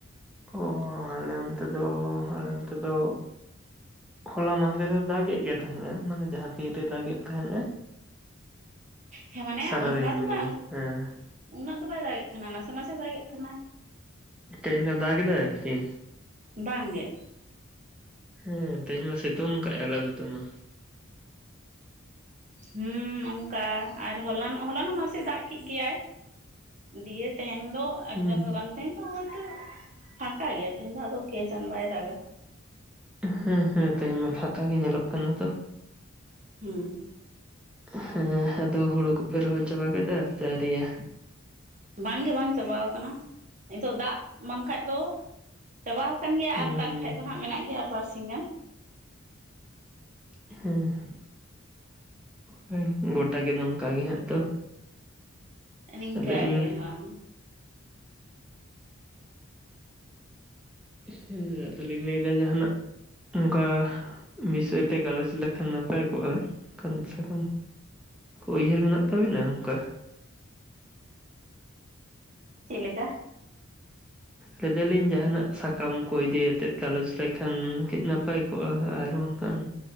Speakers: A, in the centre; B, on the right.
A: ᱚ ᱦᱚᱸ ᱟᱞᱮ ᱚᱱᱛᱮ ᱫᱚ ᱟᱞᱮ ᱚᱱᱛᱮ ᱫᱚ, ᱦᱚᱞᱟ ᱢᱟᱦᱫᱮᱨ ᱦᱚᱸ ᱫᱟᱜᱮᱫ ᱜᱮ ᱛᱟᱦᱮᱸᱫ-ᱮ ᱢᱟᱱᱮ ᱡᱟᱦᱟᱸ ᱛᱤᱱ ᱨᱮᱭ ᱫᱟᱜᱮᱫ ᱛᱟᱦᱮᱸᱫ-ᱮ᱾
B: ᱦᱮᱸ ᱢᱟᱱᱮ
A: ᱥᱟᱨᱟᱫᱤᱱ
B: ᱚᱝᱠᱟ ᱫᱚ
A: ᱜᱮ
B: ᱵᱟᱝ,
A: ᱦᱮᱸ
B: ᱩᱱᱟᱹᱜ ᱫᱚ ᱵᱟᱭ ᱫᱟᱜᱮᱫ ᱛᱟᱦᱮᱸᱱᱟ ᱱᱟᱥᱮ ᱱᱟᱥᱮ ᱫᱟᱜᱮᱫ ᱛᱟᱦᱮᱸᱱᱟᱭ᱾
A: ᱛᱮᱦᱮᱧ ᱫᱚ ᱫᱟᱜ ᱮᱫᱟᱭ ᱠᱤ?
B: ᱵᱟᱝ ᱜᱮ᱾
A: ᱦᱮᱸ ᱛᱮᱦᱮᱧ ᱢᱟ ᱥᱤᱛᱳᱝ ᱠᱟᱜ-ᱟᱭ ᱟᱞᱮ ᱱᱚᱱᱛᱮ ᱢᱟ᱾
B: ᱦᱤᱸ ᱚᱝᱠᱟ ᱟᱨ ᱦᱚᱞᱟᱱᱚᱜ ᱦᱚᱞᱟᱱᱚᱜ ᱱᱟᱥᱮ ᱫᱟᱜ ᱠᱮᱜ ᱜᱮᱭᱟᱭ᱾ ᱫᱤᱭᱮ ᱛᱟᱦᱮᱧ ᱫᱚ ᱮᱠᱫᱚᱢ
A: ᱦᱩᱸ
B: ᱜᱮ ᱵᱟᱝ ᱛᱮᱦᱮᱧ ᱫᱚ ᱦᱚᱭᱛᱚ, ᱯᱷᱟᱸᱠᱟ ᱜᱮᱭᱟ ᱛᱮᱦᱮᱧ ᱟᱫᱚ ᱠᱮᱡᱟᱱᱤ ᱵᱟᱭ ᱫᱟᱜᱟ᱾
A: ᱦᱮᱸ ᱦᱮᱸ ᱛᱮᱦᱮᱧ ᱢᱟ ᱯᱷᱟᱸᱠᱟ ᱜᱮ ᱧᱮᱞᱚᱜ ᱠᱟᱱᱟ ᱛᱚ᱾
B: ᱦᱩᱸ᱾
A: ᱦᱮᱸ ᱟᱫᱚ ᱦᱩᱲᱩ ᱠᱚᱯᱮ ᱨᱚᱦᱚᱭ ᱪᱟᱵᱟ ᱠᱮᱫᱟ ᱥᱮ ᱟᱣᱨᱤᱭᱟ᱾
B: ᱵᱟᱝᱜᱮ ᱵᱟᱝ ᱪᱟᱵᱟᱣ ᱠᱟᱱᱟ, ᱱᱤᱛᱚᱜ ᱫᱟᱜ ᱵᱟᱝ ᱠᱷᱟᱡ ᱫᱚ ᱪᱟᱵᱟᱣ ᱟᱠᱟᱱ ᱜᱮᱭᱟ
A: ᱦᱩᱸ
B: ᱟᱨ ᱫᱟᱜ ᱠᱷᱟᱱ ᱫᱚ ᱦᱟᱸᱜ ᱢᱮᱱᱟᱜ ᱜᱮᱭᱟ ᱟᱨ ᱵᱟᱨ ᱥᱤᱧ ᱜᱟᱱ᱾
A: <unintelligible> ᱦᱮᱸ ᱦᱩᱸ ᱜᱚᱴᱟ ᱜᱮ ᱱᱚᱝᱠᱟ ᱜᱮ ᱦᱟᱸᱜ ᱛᱚ᱾
B: ᱱᱤᱝᱠᱟ
A: ᱟᱫᱚᱞᱤᱧ
B: ᱜᱮ ᱦᱚᱸ᱾
A: ᱦᱩᱸ ᱟᱫᱚᱞᱤᱧ ᱞᱟᱹᱭᱫᱟ ᱡᱟᱦᱟᱱᱟᱜ᱾ ᱚᱱᱠᱟ ᱵᱤᱥᱚᱭ ᱛᱮ ᱜᱟᱞᱚᱪ ᱞᱮᱠᱷᱟᱱ ᱱᱟᱯᱟᱭ ᱠᱚᱜᱼᱟ, ᱠᱚᱢ ᱥᱮ ᱠᱚᱢ᱾ ᱩᱭᱦᱟᱹᱨ ᱢᱮᱱᱟᱜ ᱛᱟᱵᱤᱱᱟ ᱚᱱᱠᱟ?
B: ᱪᱮᱫ ᱞᱮᱠᱟ?
A: ᱞᱟᱹᱭ ᱫᱟᱞᱤᱧ ᱡᱟᱦᱟᱱᱟᱜ ᱥᱟᱠᱟᱢ ᱠᱚ ᱤᱫᱤᱭᱟᱛᱮ ᱜᱟᱞᱚᱪ ᱞᱮᱠᱷᱟᱱ ᱠᱤ ᱱᱟᱯᱟᱭ ᱠᱚᱜᱼᱟ ᱟᱨ ᱚᱝᱠᱟᱱ